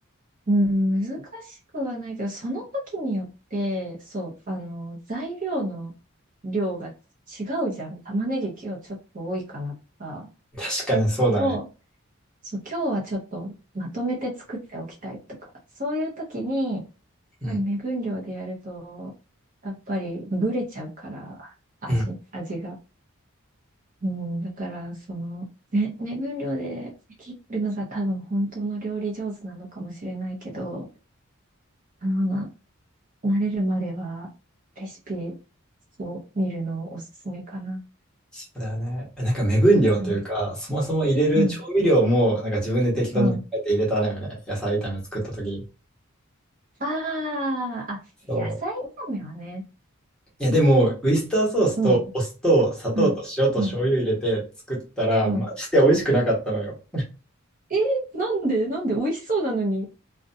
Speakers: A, on the right; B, in the centre.
A: うん、難しくはないけど、その時によって、そう、あの、材料の量が違うじゃん。玉ねぎ今日ちょっと多いかなとか、
B: 確かにそうだね。
A: 今日、そう、今日はちょっとまとめて作っておきたいとか、そういう時に、やっ
B: うん。
A: ぱり目分量でやると、やっぱりブレちゃうから、味、
B: うん
A: 味が。うん、だから、その、ね、目分量で切るのが多分本当の料理上手なのかもしれないけど、あの、な、慣れるまではレシピを見るのおすすめかな。
B: そうだよね。えなんか目分量というか、
A: うん、
B: そもそも入れる調味料も、
A: うん、
B: なんか自分で適当に考えて入れたのよね。
A: うん。
B: 野菜炒め作った時。
A: ああ、あ、
B: そう。
A: 野菜炒めはね。
B: いや、でも、ウイスターソースとお酢と砂糖と塩と醤油入れて作ったら、
A: うん、うん、うん、うん。
B: マジで美味しくなかったのよ。
A: えーなんでなんで美味しそうなのに。